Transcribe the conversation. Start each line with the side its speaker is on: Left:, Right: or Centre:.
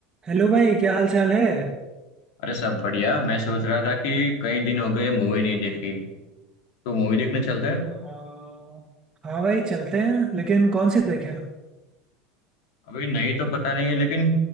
Right: Hello भाई क्या हाल चाल है
Left: अरे सब बढ़िया मैं सोच रहा था कि कई दिन हो गए मूवी नहीं देखी तो मूवी देखने चलते हैं
Right: हाँ हाँ भाई चलते हैं लेकिन कौन सी देखें
Left: अभी नहीं तो पता नहीं लेकिन